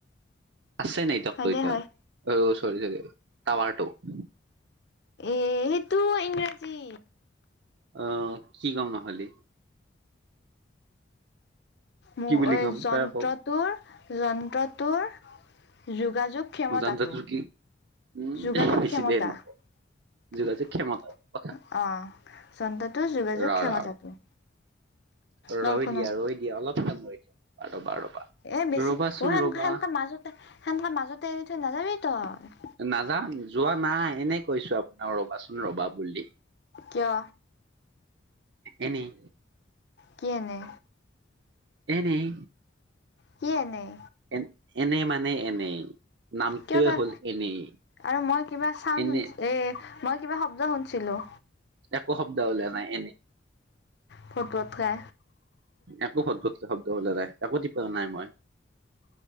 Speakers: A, on the right; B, on the left.
A: আছে নেকি
B: হয়
A: <unintelligible>
B: দে হয়
A: অঁ চৰী চৰী টাৱাৰটোটো।
B: এ সেইটো ইংৰাজী
A: অহ কি কম নহলি?
B: মোৰ
A: কি বুলি
B: এই
A: ক'ম
B: যন্ত্ৰটোৰ
A: তই কও
B: যন্ত্ৰটোৰ যোগাযোগ ক্ষমতাটো,
A: জানতো তোৰ কি উম
B: যোগাযোগ
A: বেছি
B: ক্ষমতা।
A: দেৰি নকওঁ
B: অহ
A: যোগাযোগ ক্ষমতাৰ কথা
B: যন্ত্ৰটোৰ যোগাযোগ
A: ৰ
B: ক্ষমতাটো।
A: ৰ ৰৈ
B: নৰখনো
A: দিয়া ৰৈ দিয়া অলপ সময় ৰৈ দিয়া ৰবা ৰবা।
B: এ বেছি
A: ৰবাচোন
B: অহ সেনকা
A: ৰবা
B: সেনকা মাজতে সেনকা মাজতে এৰি থৈ নাযাবি তই।
A: নাজাং যোৱা নাই, এনেই কৈছো আপোনাক ৰবাচোন ৰ'বা বুলি।
B: কিয়?
A: এনেই।
B: কি এনে?
A: এনেই।
B: কি এনেই?
A: এন এনে মানে এনেই। নামটোৱে
B: কিয় তই
A: হ'ল এনেই
B: আৰু মই কিবা চান
A: এনে
B: শুন এ মই কিবা শব্দ শুনছিলো।
A: একো শব্দ ওলা নাই এনেই।
B: ফত ফতহে।
A: একো ফত ফতকে শব্দ ওলা নাই, একো থিক কৰা নাই মই।